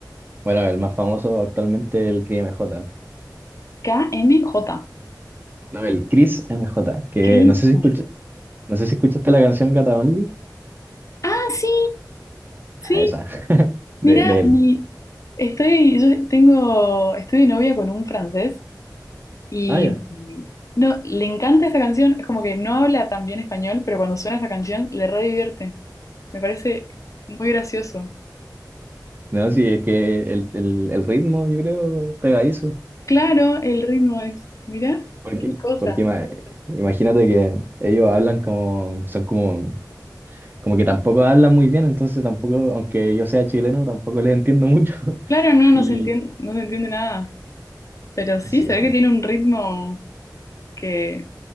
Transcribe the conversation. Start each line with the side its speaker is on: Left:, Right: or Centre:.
Right: Bueno, el más famoso actualmente el Cris M J,
Left: K M J
Right: No, el Cris M J, que
Left: Cristo.
Right: no sé si escucha- no sé si escuchaste la canción Gata Only.
Left: Ah, sí, sí.
Right: Ah, esa, <laughs>
Left: Mira,
Right: de, de él.
Left: mi, estoy, yo tengo, estoy de novia con un francés y
Right: Ah, ya.
Left: mm, no, le encanta esa canción. Es como que no habla tan bien español, pero cuando suena esa canción le re divierte. Me parece muy gracioso.
Right: No, sí, es que el, el, el ritmo yo creo es pegadizo.
Left: Claro, el ritmo es, mira,
Right: Porque,
Left: qué cosa.
Right: porque ima- imagínate que ellos hablan como, son como, como que tampoco hablan muy bien, entonces tampoco, aunque yo sea chileno, tampoco les entiendo mucho. <laughs>
Left: Claro, no, no
Right: Y
Left: se entiende, no se entiende nada. Pero sí,
Right: sí,
Left: se ve
Right: en-
Left: que tiene un ritmo que,